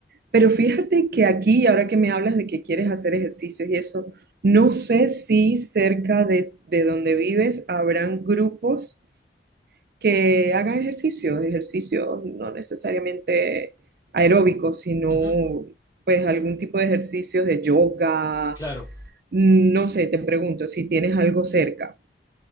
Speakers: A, on the right (about 55°); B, on the left (about 20°).
A: Pero fíjate que aquí, ahora que me hablas de que quieres hacer ejercicios y eso, no sé si cerca de, de donde vives habrán grupos que hagan ejercicios, ejercicios no necesariamente aeróbicos, sino
B: Uh -huh.
A: pues algún tipo de ejercicios de yoga,
B: Claro,
A: no sé, te pregunto si tienes algo cerca.